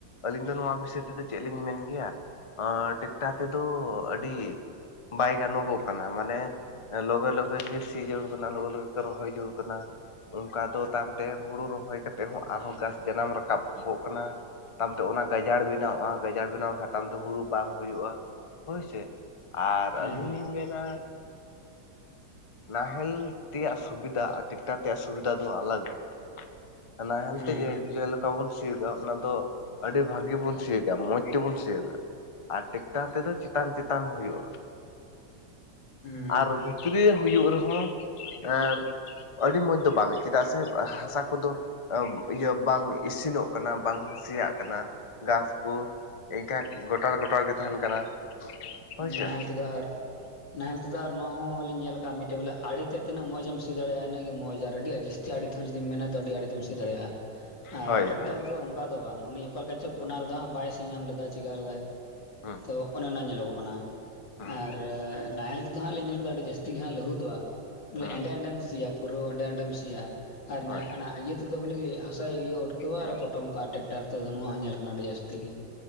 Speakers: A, on the left; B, on the left.
A: ᱟᱹᱞᱤᱧ ᱫᱚ ᱱᱚᱣᱟ ᱵᱤᱥᱚᱭ ᱛᱮᱫᱚ ᱪᱮᱫ ᱞᱤᱧ ᱢᱮᱱ ᱠᱮᱭᱟ ᱴᱮᱠᱴᱟᱨ ᱛᱮᱫᱚ ᱟᱹᱰᱤ ᱧᱮᱞᱚᱜᱚᱜ ᱠᱟᱱᱟ ᱢᱟᱱᱮ ᱞᱚᱜᱮ ᱞᱚᱜᱮ ᱜᱮ ᱥᱤ ᱡᱟᱹᱨᱩᱲ ᱠᱟᱱᱟ ᱞᱚᱜᱮ ᱞᱮ ᱜᱮ ᱨᱚᱦᱚᱭ ᱡᱩᱲ ᱠᱟᱱᱟ ᱚᱱᱠᱟ ᱫᱚ ᱛᱟᱭᱚᱢᱛᱮ ᱦᱩᱲᱩ ᱨᱚᱦᱚᱭ ᱠᱟᱛᱮᱫ ᱦᱚᱸ ᱟᱨᱦᱚᱸ ᱜᱷᱟᱥ ᱡᱟᱱᱟᱢ ᱨᱟᱠᱟᱵᱚᱜ ᱠᱟᱱᱟ ᱛᱟᱭᱚᱢᱛᱮ ᱚᱱᱟ ᱜᱟᱡᱟᱲ ᱵᱮᱱᱟᱣᱼᱟ ᱜᱟᱡᱟᱲ ᱵᱮᱱᱟᱣ ᱞᱮᱠᱷᱟᱱ ᱛᱮ ᱦᱩᱲᱩ ᱵᱟᱝ ᱦᱩᱭᱩᱜᱼᱟ ᱦᱳᱭᱥᱮ ᱟᱨ
B: ᱦᱮᱸ
A: ᱟᱹᱞᱤᱧ ᱞᱤᱧ ᱢᱮᱱᱟ ᱱᱟᱦᱮᱞ ᱛᱮᱭᱟᱜ ᱥᱩᱵᱤᱫᱷᱟ ᱟᱨ ᱴᱟᱠᱴᱟᱨ ᱛᱮᱭᱟᱜ ᱥᱩᱵᱤᱫᱷᱟ ᱫᱚ ᱟᱞᱟᱜ ᱜᱮᱭᱟ ᱱᱟᱦᱮᱞ
B: ᱦᱮᱸ
A: ᱛᱮᱜᱮ ᱚᱠᱟ ᱵᱚᱱ ᱥᱤᱭᱳᱜᱼᱟ ᱚᱱᱟ ᱫᱚ ᱟᱹᱰᱤ ᱵᱷᱟᱹᱜᱤ ᱵᱚᱱ ᱥᱤᱭᱳᱜᱼᱟ ᱢᱚᱸᱡᱽ ᱛᱮᱵᱚᱱ ᱥᱤᱭᱳᱜᱼᱟ ᱟᱨ ᱴᱮᱠᱴᱟᱨ ᱛᱮᱫᱚ ᱪᱮᱛᱟᱱ ᱪᱮᱛᱟᱱ ᱦᱳᱭᱳᱜᱼᱟ
B: ᱦᱮᱸ
A: ᱟᱨ ᱵᱷᱤᱛᱨᱤ ᱦᱩᱭᱩᱜ ᱨᱮ ᱦᱚᱸ ᱟᱹᱰᱤ ᱢᱚᱡᱽ ᱫᱚ ᱵᱟᱝ ᱪᱮᱫ ᱟᱜ ᱥᱮ ᱦᱟᱥᱟ ᱠᱚ ᱫᱚ ᱤᱭᱟᱹ ᱵᱟᱝ ᱤᱥᱤᱱᱚᱜ ᱠᱟᱱᱟ ᱵᱟᱝ ᱥᱮᱭᱟᱜ ᱠᱟᱱᱟ ᱜᱷᱟᱥ ᱠᱚ ᱮᱱᱠᱷᱟᱱ ᱜᱚᱴᱟᱞ ᱜᱚᱴᱟᱞ ᱜᱮ ᱛᱟᱦᱮᱱ ᱠᱟᱱᱟ ᱦᱳᱭ ᱥᱮ
B: ᱱᱟᱦᱮᱞ ᱛᱮᱫᱚ ᱟᱨ ᱱᱟᱦᱮᱞ ᱛᱮᱫᱚ ᱟᱨ ᱱᱚᱣᱟ ᱦᱚᱸ ᱞᱤᱧ ᱧᱮᱞ ᱟᱠᱟᱫᱼᱟ ᱢᱤᱫ ᱴᱮᱡ ᱵᱚᱞᱮ ᱟᱲᱮ ᱛᱮ ᱛᱤᱱᱟᱹᱜ ᱢᱚᱸᱡᱽ ᱮ ᱥᱤ ᱫᱟᱲᱮᱭᱟᱜᱼᱟ ᱤᱱᱟᱹᱜ ᱢᱚᱸᱡᱽ ᱟᱹᱰᱤ ᱡᱟᱹᱥᱛᱤ ᱟᱲᱮ ᱛᱮᱦᱚᱸ ᱢᱮᱱᱟ ᱛᱚ ᱟᱹᱰᱤ ᱟᱲᱮ ᱛᱮᱢ ᱥᱤ ᱫᱟᱲᱮᱭᱟᱜᱼᱟ ᱟᱨ
A: ᱦᱳᱭ
B: ᱴᱮᱠᱴᱟᱨ
A: ᱦᱳᱭ
B: ᱛᱮᱫᱚ ᱚᱱᱠᱟ ᱫᱚ ᱵᱟᱝ ᱩᱱᱤ ᱚᱠᱟ ᱞᱮᱠᱟ ᱪᱚ ᱠᱚᱱᱟ ᱨᱮᱫᱚ ᱦᱟᱸᱜ ᱵᱟᱭ ᱥᱤ ᱧᱟᱢ ᱞᱮᱫᱟ ᱪᱮᱠᱟ ᱞᱮᱫᱟᱭ
A: ᱦᱩᱸ
B: ᱛᱚ ᱚᱱᱮ ᱚᱱᱟ ᱧᱮᱞᱚᱜᱚᱜ ᱠᱟᱱᱟ
A: ᱦᱩᱸ
B: ᱟᱨ ᱱᱟᱦᱮᱞ ᱫᱚ ᱦᱟᱸᱜ ᱞᱤᱧ ᱧᱮᱞ ᱠᱮᱫᱟ ᱟᱹᱰᱤ ᱡᱟᱹᱛᱤ ᱜᱮ ᱦᱟᱸᱜ ᱞᱟᱹᱦᱩᱫᱚᱜᱼᱟ ᱵᱚᱞᱮ
A: ᱦᱩᱸ
B: ᱮᱸᱰᱮ ᱮᱸᱰᱮᱢ ᱥᱤᱭᱟ ᱯᱩᱨᱟᱹ ᱮᱸᱰᱮ ᱮᱸᱰᱮᱢ ᱥᱤᱭᱟ ᱟᱨ
A: ᱦᱳᱭ
B: ᱱᱟ ᱚᱱᱟ ᱤᱭᱟᱹ ᱛᱮᱫᱚ ᱵᱚᱞᱮ ᱦᱟᱥᱟᱭ ᱤᱭᱟᱹ ᱩᱴᱠᱟᱹᱣᱟ
A: ᱦᱩᱸ
B: ᱟᱨ ᱯᱚᱴᱚᱢᱟ ᱴᱮᱠᱴᱟᱨ ᱛᱮ ᱱᱚᱣᱟ ᱦᱚᱸ ᱧᱮᱞ ᱠᱟᱱᱟ ᱟᱹᱰᱤ ᱡᱟᱹᱥᱛᱤ ᱜᱮ